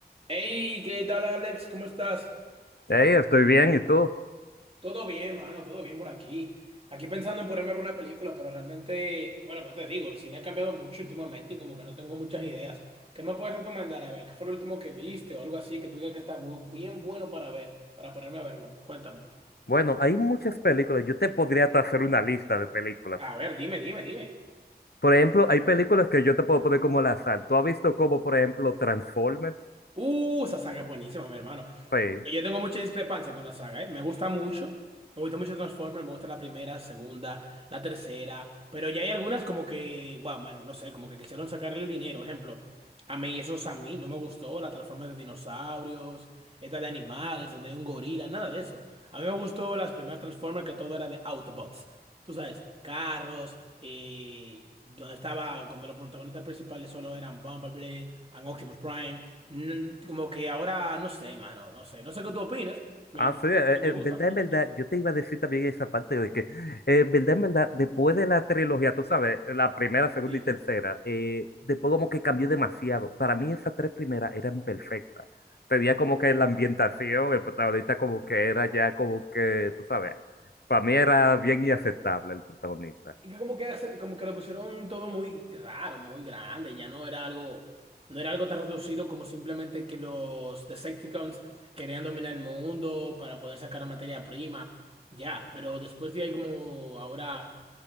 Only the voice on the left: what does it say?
Hey, estoy bien, ¿y tú?
Bueno, hay muchas películas. Yo te podría hasta hacer una lista de películas.
Por ejemplo, hay películas que yo te puedo poner como al azar. ¿Tú has visto como, por ejemplo, Transformers?
Sí.
Ah,
sí, eh,
eh,
en verdad,
en verdad,
yo te iba a decir también esa parte de que, eh, en verdad, en verdad, después de la trilogía, tú sabes, la primera, segunda
y tercera, eh, después como que cambió demasiado. Para mí esas tres primeras eran perfectas. Tenía como que la ambientación, el protagonista como que era ya como que, tú sabes, para mí era bien inaceptable el protagonista.